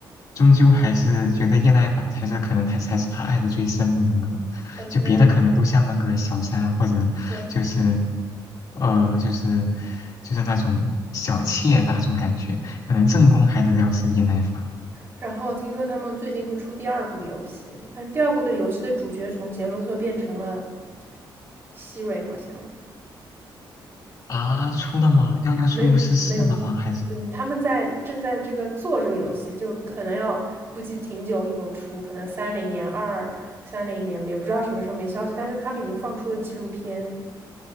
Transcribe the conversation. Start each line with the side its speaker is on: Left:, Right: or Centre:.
Left: 终究还是觉得叶赖法才是可能他才是他爱的最深的那个，
Right: 反正
Left: 就别的可能都像那个小三或者就是
Right: 对，
Left: 呃就是就是那种小妾那种感觉，可能正宫还得要是叶赖法
Right: 然后听说他们最近会出第二部游戏，但是第二部的游戏的主角从杰洛特变成了希瑞，好像。
Left: 啊，出了吗？要要出巫师四了吗？
Right: 没没有，
Left: 还是？
Right: 嗯，他们在正在这个做这个游戏，就是可能要估计挺久以后出，可能三零年、二三零年，也不知道什么时候没消息，但是他们已经放出了纪录片。